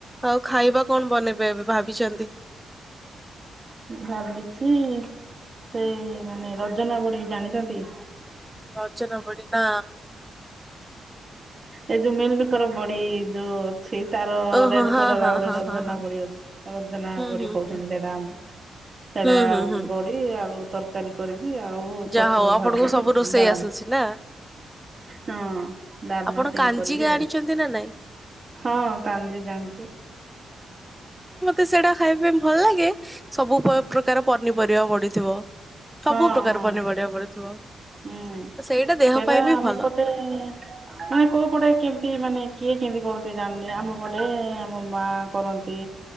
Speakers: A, in the centre; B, on the right (about 25°).
A: ଆଉ, ଖାଇବା କଣ ବନେଇବେ ଏବେ ଭାବିଛନ୍ତି?
B: ଭାବିଛି <unintelligible> ଜାଣିଛନ୍ତି।
A: ରଜନା ବଢି ନା।
B: ଏଇ ଯୋଉ ମିଲମିକର ବଡି ଯୋଉ ସେଇ ତାର
A: ଓହୋ
B: ରେଡ
A: ହଁ
B: କଲର
A: ହଁ
B: ଆଉ ଗୋଟେ
A: ହଁ
B: ରଜନା
A: ହଁ ହଁ
B: ବଡି ଅଛି, ରଜନା
A: ହୁଁ
B: ବଡି
A: ହୁଁ
B: କହୁଛନ୍ତି।
A: ହୁଁ।
B: ସେଇଟା ଆମେ ସେଟା
A: ହୁଁ ହୁଁ ହୁଁ
B: ବଡି ଆଳୁ ତରକାରୀ କରିକି ଆଉ
A: ଯାହା
B: ଛତୁ
A: ହଉ ଆପଣଙ୍କୁ
B: ଭାଜିବି
A: ସବୁ ରୋଷେଇ
B: ଡାଲି,
A: ଆସୁଛି ନା?
B: ହଁ। ଡାଲମା
A: ଆପଣ
B: ଟିକିଏ
A: କାଞ୍ଜିିକା
B: କରିବି ଆଉ।
A: ଆଣିଛନ୍ତି ନା ନାଇଁ
B: ହଁ କାଲି ଜାଣିଚି।
A: ସେଟା ଖାଇବା ପାଇଁ ଭଲ ଲାଗେ। ସବୁ ପ୍ରକାର ପନିପରିବା ପଡିଥିବ। ସବୁ
B: ହଁ
A: ପ୍ରକାର
B: ହଁ।
A: ପନିପରିବା ପଡିଥିବ।
B: ହୁଁ,
A: ସେଇଟା ଦେହ
B: ସେଟା
A: ପାଇଁ ବି
B: ଆମ
A: ଭଲ
B: ପଟେ ମାନେ କୋଉ ପଟେ କେମତି ମାନେ କିଏ କେମିତି କରୁଛି ଜାଣିନି ଆମ ପଟେ ଆମ ମା କରନ୍ତି।